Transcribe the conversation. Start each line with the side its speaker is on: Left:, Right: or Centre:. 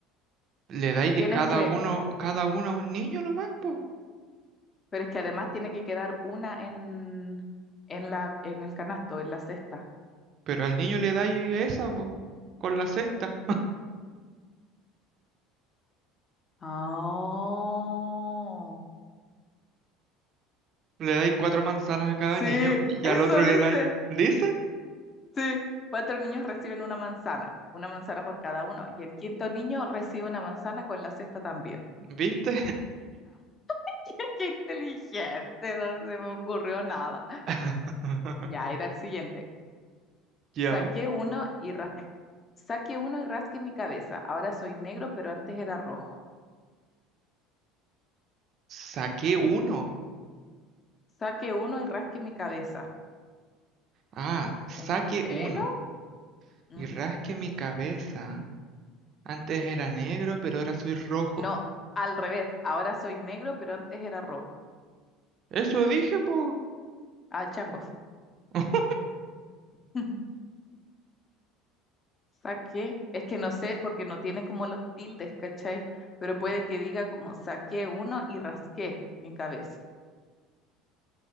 Right: ¿Le dais que
Left: Tienes
Right: cada
Left: que,
Right: uno, cada uno a un niño nomás, po?
Left: pero es que además tiene que quedar una en, en la, en el canasto, en la cesta.
Right: Pero al niño le dais esa, po. Con la cesta.
Left: Oh,
Right: Le dais cuatro manzanas a cada
Left: sí,
Right: niño y
Left: eso
Right: al otro le
Left: dice.
Right: dais... ¿Dice?
Left: Sí, cuatro niños reciben una manzana, una manzana por cada uno, y el quinto niño recibe una manzana con la cesta también.
Right: ¿Viste?
Left: <laughs> Qué inteligente, no se me ocurrió nada.
Right: <laughs>
Left: Ya, era el siguiente.
Right: Ya.
Left: Saqué uno y ras- Saqué uno y rasqué mi cabeza. Ahora soy negro, pero antes era rojo.
Right: Saqué uno.
Left: Saqué uno y rasqué mi cabeza.
Right: Ah, saqué
Left: ¿Un pelo?
Right: uno.
Left: Mm.
Right: Y rasqué mi cabeza. Antes era negro, pero ahora soy rojo.
Left: No, al revés. Ahora soy negro, pero antes era rojo.
Right: Eso dije, po.
Left: Ah, changos.
Right: <laughs>
Left: <laughs> Saqué. Es que no sé porque no tiene como los tildes, ¿cachai? Pero puede que diga como saqué uno y rasqué mi cabeza.